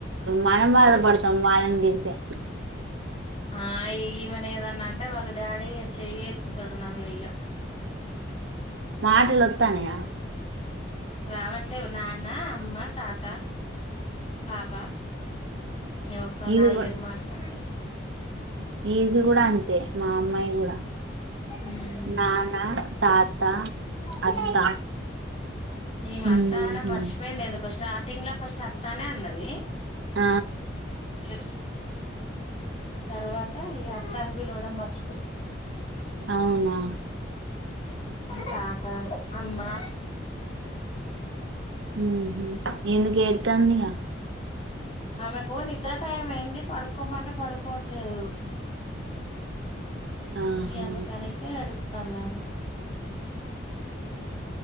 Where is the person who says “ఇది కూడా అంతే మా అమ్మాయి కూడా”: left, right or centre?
Right